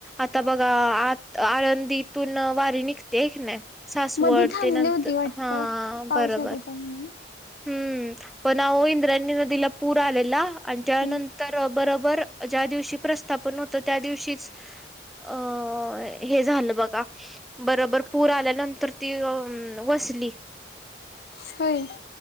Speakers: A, in the centre; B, on the left.
A: आता बघा आत आळंदीत तून वारी निघते एक ना. सासवडते
B: मधी थांबली
A: नंत
B: होती वाटत
A: हा
B: पाऊस
A: बरबर.
B: येत होता म्हणून.
A: हूं पण अहो इंद्रायनी न दिला पूर आलेला, आणि त्यानंतर
B: हम्म
A: बरबर ज्या दिवशी प्रस्थापन होत त्या दिवशीच अ हे झालं ब घा का बरबर पूर आल्यानंतर ती अ वसली.
B: होय!